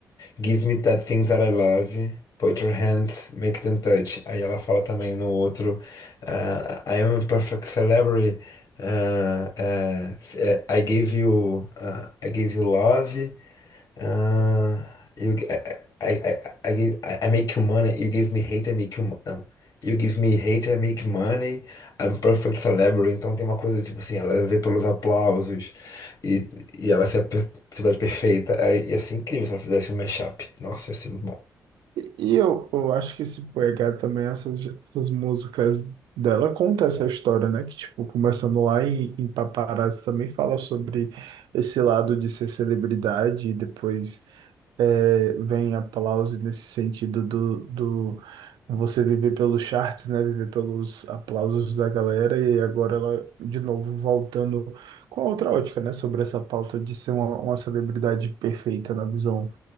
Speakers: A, on the left; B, on the right.
A: Give me that thing that I love. Put your hands, make them touch. Aí ela fala também no outro, ah, I am a perfect celebrity. ah, ah, eh, I gave you, ah, I gave you love. Uh, you, g- I, I, I, I give, I, I make you money. You give me hate, I make you. mo- Não. You give me hate, I make money. I'm perfect celebrity. Então tem uma coisa tipo assim, ela é vê pelos aplausos e, e ela se ape- se vê perfeita. Aí Ia ser incrível se ela fizesse um mashup. Nossa, ia ser muito bom.
B: E e eu, eu acho que esse PH também, essas, essas músicas dela conta essa história, né? Que, tipo, começando lá em, em Paparazzi também fala sobre esse lado de ser celebridade e depois é, vem aplauso nesse sentido do, do você viver pelos charts, né? Viver pelos aplausos da galera e agora ela, de novo, voltando com a outra ótica, né? Sobre essa pauta de ser uma, uma celebridade perfeita na visão